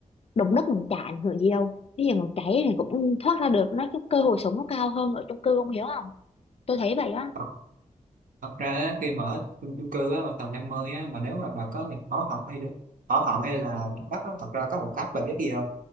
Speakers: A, on the left (about 45°); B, on the right (about 80°).
A: động đất mình chả ảnh hưởng gì đâu. Ví dụ mình cháy thì cũng thoát ra được, nó cái cơ hội sống nó cao hơn ở chung cư không hiểu không? Tôi thấy vậy á.
B: thật, thật ra á, khi mà ở chung, chung cư á, mà tầng 50 á, mà nếu mà bà có việc hỏ học hay được hỏ học hay là bắt á, thật ra có một cách bà biết gì không